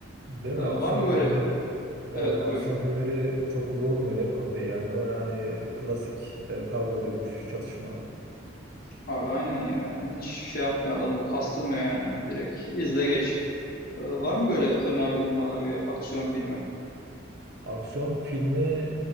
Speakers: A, on the right; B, on the left.
A: değil
B: Ee, var
A: mi aksiyon
B: mı böyle?
A: filmleri eee,
B: Evet
A: aksiyon
B: buyur.
A: filmleri çok yormuyor değil mi kafayı yani? O yani klasik eee, kavga dövüş çatışma.
B: Abi aynen ya yani hiç şey yapmıyor adamı kastırmıyor yani Hani direkt izle geç. Ee, var mı böyle önerdiğin bana bir aksiyon filmi?
A: Aksiyon filmi